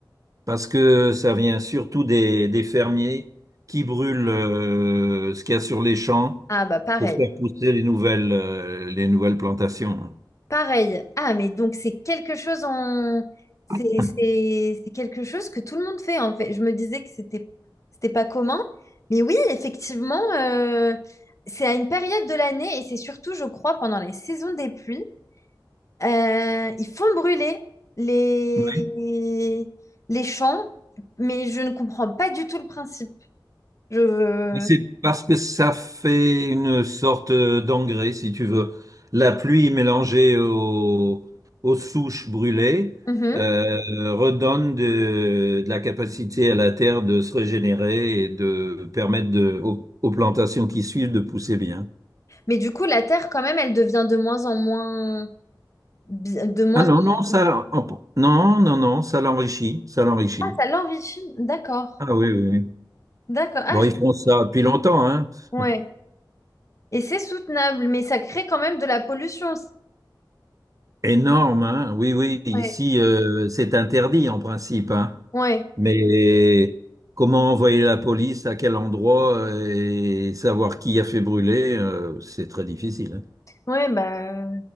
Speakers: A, on the right; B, on the left.
A: parce que ça vient surtout des, des fermiers qui brûlent euh, ce qu'il y a sur les champs
B: Ah bah pareil.
A: pour faire pousser les nouvelles, euh, les nouvelles plantations.
B: Pareil. Ah, mais donc c'est quelque chose en... C'est
A: <clears throat>
B: c'est- c'est quelque chose que tout le monde fait, en fait. Je me disais que c'était c'était pas commun. Mais oui, effectivement, euh, c'est à une période de l'année et c'est surtout, je crois, pendant les saisons des pluies, euh, ils font brûler les...
A: Oui,
B: les champs, mais je ne comprends pas du tout le principe. Je... euh,
A: mais c'est parce que ça fait une sorte d'engrais, si tu veux. La pluie mélangée au- aux souches brûlées
B: Mhm.
A: euh, redonne de, de la capacité à la terre de se régénérer et de permettre de- aux, aux plantations qui suivent de pousser bien.
B: Mais du coup, la terre, quand même, elle devient de moins en moins, bi- de moins
A: Ah non,
B: en
A: non, ça,
B: moins
A: oh, bon. non, non, non, ça l'enrichit, ça l'enrichit.
B: Ah, ça l'enrichit. D'accord.
A: Ah oui, oui, oui.
B: D'accord. Ah,
A: Bon,
B: je-
A: ils font ça depuis longtemps, hein.
B: Ouais.
A: <laughs>
B: Et c'est soutenable, mais ça crée quand même de la pollution.
A: Énorme, hein. Oui, oui, ici,
B: Ouais.
A: euh, c'est interdit en principe, hein.
B: Ouais.
A: Mais comment envoyer la police, à quel endroit euh, et savoir qui a fait brûler, euh, c'est très difficile. hein.
B: Ouais, bah,